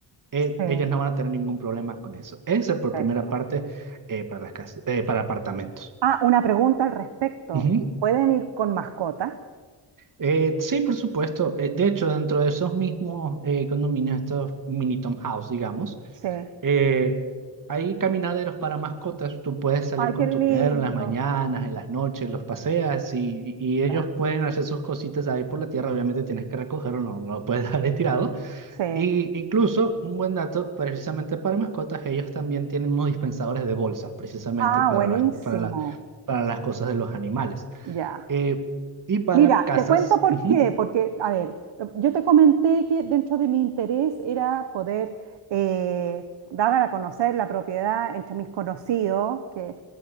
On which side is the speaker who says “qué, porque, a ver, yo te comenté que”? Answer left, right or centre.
Right